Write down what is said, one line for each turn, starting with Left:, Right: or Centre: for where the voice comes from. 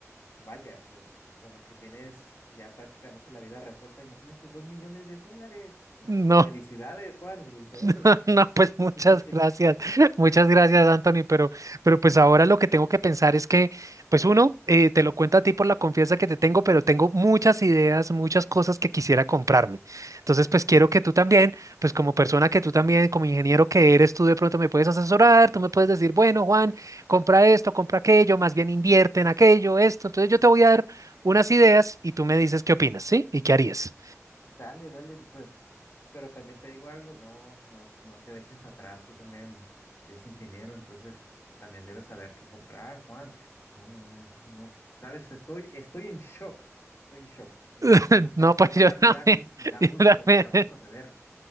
Left: vaya, es como que tienes ya prácticamente la vida resuelta. Imagínate, dos millones de dólares. No,
Right: <laughs>
Left: felicidades,
Right: No.
Left: Juan, felicidades.
Right: <laughs> No, pues muchas
Left: <laughs>
Right: gracias, <laughs> muchas gracias, Anthony, pero, pero pues ahora lo que tengo que pensar es que, pues uno, eh, te lo cuento a ti por la confianza que te tengo, pero tengo muchas ideas, muchas cosas que quisiera comprarme. Entonces, pues quiero que tú también, pues como persona que tú también, como ingeniero que eres, tú de pronto me puedes asesorar, tú me puedes decir, bueno, Juan, compra esto, compra aquello, más bien invierte en aquello, esto. Entonces yo te voy a dar unas ideas y tú me dices qué opinas, ¿sí? ¿Y qué harías?
Left: Dale, dale, pues, pero también te digo algo, no, no, no te dejes atrás, tú también eres ingeniero, entonces también debes saber qué comprar, Juan. No, no, no, sabes, estoy, estoy en shock, estoy en shock. No,
Right: <laughs>
Left: <laughs>
Right: No, pues
Left: o
Right: yo
Left: sea,
Right: también,
Left: me da gusto, me
Right: <laughs>
Left: da
Right: yo
Left: gusto,
Right: también.
Left: me da gusto saber.